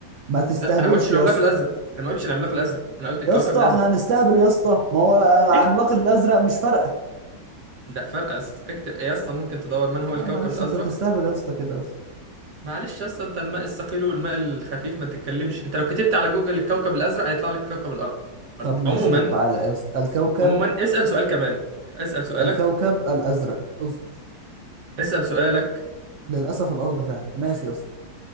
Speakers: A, on the right; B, on the right.
A: ما تستهبلش
B: ده انا ما قلتش العملاق
A: يا اسطى
B: الازرق انا ما قلتش العملاق الازرق انا قلت الكوكب
A: يا اسطى
B: الازرق
A: احنا هنستهبل يا اسطى ما هو آه، عملاق
B: اكتب
A: الأزرق مش فارقة
B: لا فرق يا اسطى اكتب يا اسطى ممكن تدور من هو
A: لا
B: الكوكب
A: معلش
B: الازرق
A: انت بتستهبل يا اسطى كده بس
B: معلش يا اسطى انت الماء الثقيل والماء الخفيف ما تتكلمش انت لو كتبت على جوجل الكوكب الازرق هيطلع لك كوكب الارض
A: طب ماشي
B: عموما
A: طب تعالى يا اسطى الكوكب
B: عموما اسال سؤال كمان اسال سؤالك
A: الكوكب الأزرق اصبر
B: اسال سؤالك
A: للأسف الأرض فعلا ماشي يا اسطى